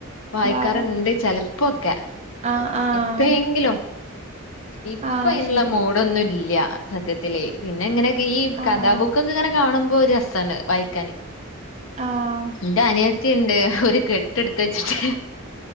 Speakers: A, on the left (about 70°); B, on the right (about 30°).
A: വായിക്കാറ്ണ്ട്
B: ബാ
A: ചെലപ്പോക്കെ
B: ആഹ് ആഹ്
A: എപ്പയെങ്കിലും ഇപ്പ
B: ആഹ്
A: അയിന്ള്ള
B: ശരി
A: മൂഡൊന്നു ഇല്ല സത്യത്തില് പിന്നെ ഇങ്ങനെക്കെ ഈ
B: ആഹ്
A: കഥാബുക്ക് ങ്ങനെ കാണുമ്പോ ഒര് രസാണ് വായിക്കാന്
B: ആഹ്
A: ഇന്റെ അനിയ ത്തി ഇണ്ട് ഒരു കെട്ട് ഇട്ത്ത് വെച്ട്ട്